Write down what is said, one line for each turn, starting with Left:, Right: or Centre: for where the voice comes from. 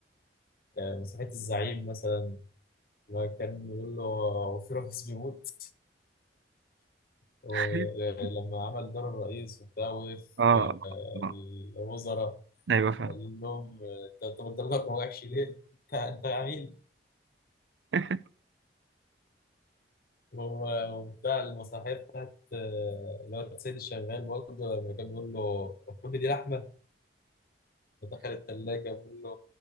Left: آه، مسرحية الزعيم مثلا لما كان بيقول له هو في رئيس بيموت ولما
Right: <laughs>
Left: عمل دور الرئيس وبتاع وقف
Right: اه
Left: آه،
Right: آه.
Left: الوزراء
Right: ايوه فاهم
Left: قال لهم آه، انت أنت بتضلك وحش ليه؟ انت انت عميل
Right: <laughs>
Left: هو- وبتاع المسرحية بتاعت آه، اللي هو السيد الشغال برضه لما كان بيقول له كل دي لحمة دخل التلاجة بيقول له